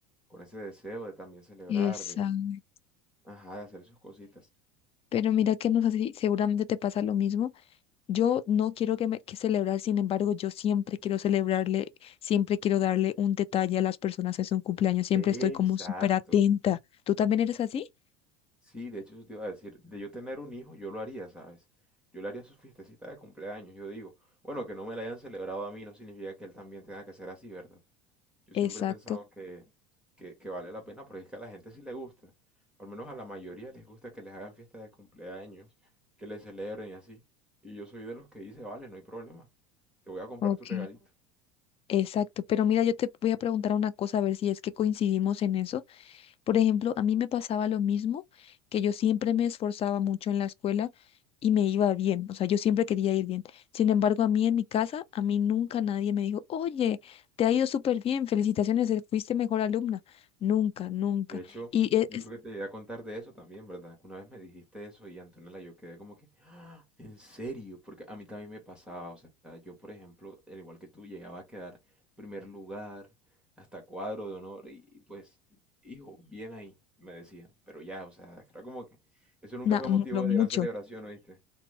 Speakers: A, in the centre; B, on the left.
A: con ese deseo de también celebrar,
B: exacto.
A: de, ajá, de hacer sus cositas.
B: Pero mira que no sé si seguramente te pasa lo mismo. Yo no quiero que, me- que celebrar, sin embargo, yo siempre quiero celebrarle, siempre quiero darle un detalle a las personas en su cumpleaños, siempre
A: Exacto.
B: estoy como súper atenta. ¿Tú también eres así?
A: Sí, de hecho eso te iba a decir, de yo tener un hijo, yo lo haría, ¿sabes? Yo le haría su fiestecita de cumpleaños, yo digo, bueno, que no me la hayan celebrado a mí no significa que él también tenga que ser así, ¿verdad? Yo
B: Exacto,
A: siempre he pensado que, que, que vale la pena porque es que a la gente sí le gusta, al menos a la mayoría les gusta que les hagan fiesta de cumpleaños, que les celebren y así. Y yo soy de los que dice, vale, no hay problema, te voy a comprar
B: ok,
A: tu regalito.
B: exacto. Pero mira, yo te voy a preguntar una cosa, a ver si es que coincidimos en eso. Por ejemplo, a mí me pasaba lo mismo, que yo siempre me esforzaba mucho en la escuela y me iba bien, o sea, yo siempre quería ir bien. Sin embargo, a mí en mi casa, a mí nunca nadie me dijo, oye, te ha ido súper bien, felicitaciones, eh, fuiste mejor alumna. Nunca, nunca.
A: De hecho,
B: Y e-
A: yo
B: es,
A: creo que te llegué a contar de eso también, ¿verdad? Que Una vez me dijiste eso y Antonella, yo quedé como que, "Ah, ¿en serio? Porque a mí también me pasaba, o sea, yo por ejemplo, al igual que tú, llegaba a quedar primer lugar, hasta cuadro de honor y, y pues, hijo, bien ahí, me decían. Pero ya, o sea, era como que eso nunca
B: na-
A: fue motivo
B: mu- lo mucho.
A: de gran celebración, ¿oíste?